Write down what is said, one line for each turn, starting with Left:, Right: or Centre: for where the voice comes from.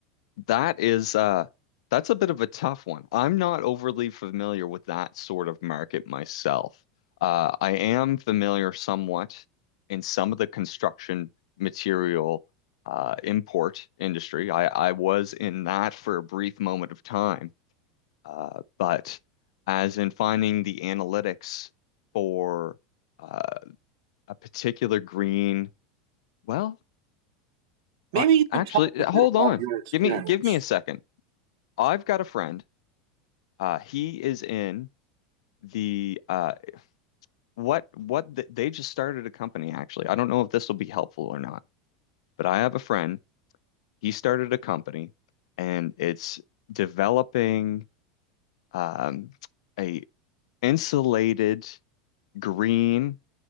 Left: That is uh that's a bit of a tough one. I'm not overly familiar with that sort of market myself. Uh, I am familiar somewhat in some of the construction material uh, import industry. I, I was in that for a brief moment of time, uh, but as in finding the analytics for uh, a particular green, well,
Right: Maybe
Left: I,
Right: you
Left: actually,
Right: can tell us a
Left: hold
Right: bit about
Left: on.
Right: your experience.
Left: Give me give me a second. I've got a friend Uh, he is in the uh, what what th- they just started a company actually. I don't know if this will be helpful or not, but I have a friend. He started a company, and it's developing um, a insulated green